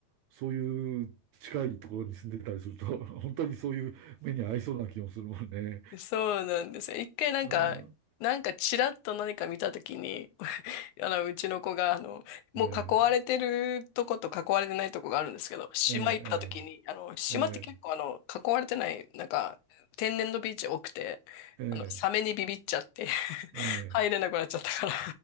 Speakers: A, on the right; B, on the left.
A: そういう近いところに住んでたりすると、<laughs> 本当にそういう目に合いそうな気もするもんね。
B: う。<laughs> そうなんですよ。一回なんか、
A: うん、
B: なんかチラッと何か見たときに、<laughs> あの、うちの子が、あの、もう囲われてるとこと囲われてないとこがあるんですけど、
A: ええ、
B: 島行ったときに、
A: ええ、
B: あの、島って結構あの、
A: ええ、
B: 囲われてない、なんか、天然のビーチ多くて、
A: ええ、
B: あの、サメにビビっちゃって、<laughs>
A: ええ、
B: 入れなくなっちゃったから